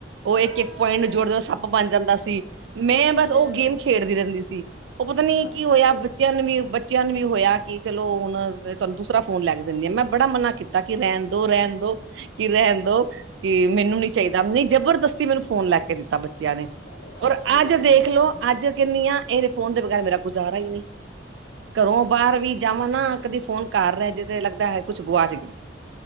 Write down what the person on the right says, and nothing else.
ਉਹ,
ਇੱਕ ਇੱਕ ਪੁਆਇੰਟ ਨੂੰ ਜੋੜ ਸੱਪ ਬਣ ਜਾਂਦਾ ਸੀ। ਮੈਂ, ਬਸ, ਉਹ
ਗੇਮ ਖੇਡਦੀ ਰਹਿੰਦੀ ਸੀ। ਉਹ ਪਤਾ ਨੀ
ਕੀ ਹੋਇਆ,
ਬੱਚਿਆਂ ਨੂੰ ਵੀ, ਬ ਬੱਚਿਆਂ ਨੂੰ ਵੀ ਹੋਇਆ, ਕਿ ਚਲੋ ਹੁਣ ਤੁਹਾਨੂੰ ਦੂਸਰਾ ਫੋਨ ਲੈ ਕੇ ਦਿੰਦੇ ਆ, ਮੈਂ ਬੜਾ ਮਨਾ, ਕੀਤਾ ਕਿ ਰਹਿਣ ਦੋ ਰਹਿਣ ਦੋ। ਕਿ ਰਹਿਣ ਦੋ, ਕਿ ਮੈਨੂੰ ਨੀ ਚਾਹੀਦਾ, ਨਹੀਂ ਜਬਰਦਸਤੀ, ਮੈਨੂੰ ਫੋਨ ਲੈ ਕੇ ਦਿੱਤਾ ਬ ਸਿਆਣੇ,
ਹੋਰ
ਅੱਜ
ਦੇਖਲੋ,
ਅੱਜ ਕਿੰਨੀਆਂ ਆਂ, ਐਸ ਫੋਨ ਦੇ ਬਗੈਰ ਮੇਰਾ ਗੁਜਾਰਾ ਹੀ ਨਹੀਂ। ਘਰੋਂ ਬਾਹਰ ਵੀ ਜਾਵਾਂ ਨਾ, ਕਦੀ ਫੋਨ ਘਰ ਰਿਹੇ ਜਾਏ, ਤੇ ਲੱਗਦਾ ਹੈ, ਕੁਛ ਗੁਆਚ ਗਿਆ।